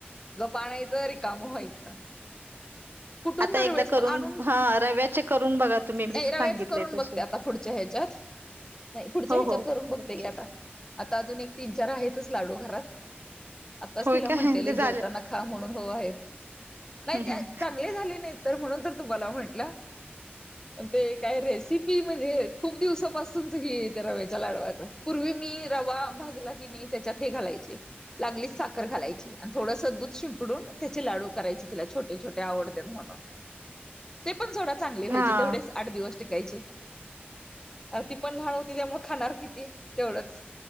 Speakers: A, on the left; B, on the right.
A: गप आणायचं रिकाम व्हायच. कुठून
B: आता
A: तर
B: एकदा
A: वेळेस
B: करून
A: मग आणून
B: हा रव्याचे करून बघा तुम्ही मी
A: ए
B: सांगितले
A: रव्याच करून
B: तसे
A: बघते आता पुढच्या ह्या च्यात नाही पुढच्या
B: हो
A: ह्याच्यात
B: हो
A: करून बघते
B: नक्की
A: की आता. आता अजून एक तीन चार आहेतच लाडू घरात आताच
B: होय
A: तिला
B: काय
A: म्हटलेलं
B: ते झालं
A: जेवताना खा म्हणून हो आहेत, नाही
B: हम्म
A: ते
B: हम्म.
A: चांगले झाले नाहीत. तर म्हणून तर तुम्हाला म्हटलं पण ते काय रेसि पी म्हणजे खूप दिवसापासूनच हे येते रव्याच्या लाडवाच पूर्वी मी रवा भाजला की नाही, त्याच्यात हे घालायचे लागलीच साखर घालायची थोडस दूध शिंपडून त्याचे लाडू करायची तिला छोटे- छोट टे आवडत्यात म्हणून ते पण सोडा चांगले व्हायचे
B: हा
A: तेवढेच आठ दिवस टिकायचे अ ती पण लहान होती त्यामुळ खाणार किती तेवढंच.